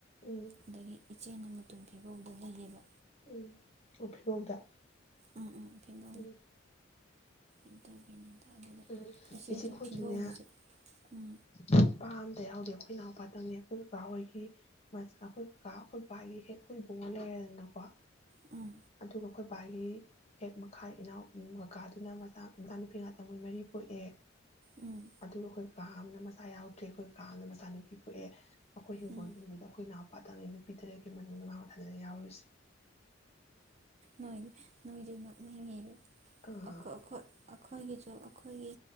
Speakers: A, on the left (about 35°); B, on the right (about 35°).
A: ꯎꯝ
B: ꯑꯗꯒꯤ ꯏꯆꯦ <unintelligible> ꯃꯨꯇꯨꯝ ꯐꯤꯕꯧꯗ ꯂꯩꯌꯦꯕ
A: ꯎꯝ ꯑꯣ ꯐꯤꯕꯧꯗ
B: ꯑ ꯑ ꯐꯤꯕꯧ
A: ꯎꯝ
B: ꯑꯗꯨꯒꯤꯅꯦ ꯇꯥꯗꯦꯗ
A: ꯎꯝ
B: ꯏꯆꯦꯁꯦ
A: ꯏꯆꯦ ꯑꯩꯈꯣꯏꯁꯨꯅꯦ
B: ꯐꯤꯕꯧꯒꯤꯁꯦ ꯎꯝ
A: ꯅꯨꯄꯥ ꯑꯝꯇ ꯌꯥꯎꯗꯦ ꯑꯩꯈꯣꯏ ꯏꯅꯥꯎꯄꯥꯇꯪꯅꯤ ꯑꯩꯈꯣꯏ ꯀꯀꯥ ꯍꯣꯏꯒꯤ ꯃꯆꯥ ꯑ ꯑꯩꯈꯣꯏ ꯀꯀꯥ ꯑꯩꯈꯣꯏ ꯕꯥꯒꯤ ꯍꯦꯛ ꯈꯣꯏ ꯏꯕꯨꯡꯉꯣ ꯂꯩꯔꯗꯅꯀꯣ
B: ꯎꯝ
A: ꯑꯗꯨꯒ ꯑꯩꯈꯣꯏ ꯑꯩꯈꯣꯕꯥꯒꯤ ꯍꯦꯛ ꯃꯈꯥꯢ ꯢꯅꯥꯎ ꯎꯝ ꯀꯀꯥꯗꯨꯅ ꯃꯆꯥ ꯃꯆꯥꯅꯨꯄꯤ ꯉꯥꯠ ꯃꯣꯢ ꯃꯔꯤ ꯄꯣꯛꯑꯦ
B: ꯎꯝ
A: ꯑꯗꯨꯒ ꯑꯩꯈꯣꯏ ꯀꯥ ꯑꯃꯅ ꯃꯆꯥ ꯌꯥꯎꯗ꯭ꯔꯦ ꯑꯩꯈꯣꯏ ꯀꯥ ꯑꯃꯅ ꯃꯆꯥꯅꯨꯄꯤ ꯄꯣꯛꯑꯦ ꯑꯩꯈꯣꯏ ꯍꯤꯡꯒꯣꯜꯅꯨꯡꯗꯨꯗ
B: ꯎꯝ
A: ꯑꯩꯈꯣꯏ ꯏꯅꯎꯄꯥꯇꯪꯅꯦ ꯅꯨꯄꯤ ꯇꯔꯦꯠꯀꯤ ꯃꯅꯨꯡꯗ ꯃꯥꯥ ꯃꯊꯟꯗꯅꯦ ꯌꯥꯎꯔꯤꯁꯦ
B: ꯅꯣꯏ ꯅꯣꯢꯁꯨ ꯅꯣꯛꯅꯤꯡꯉꯦ
A: ꯑꯥ
B: ꯑꯈꯣꯢ ꯑꯈꯣꯢ ꯑꯩꯈꯣꯏꯒꯤꯁꯨ ꯑꯩꯈꯣꯏꯒꯤ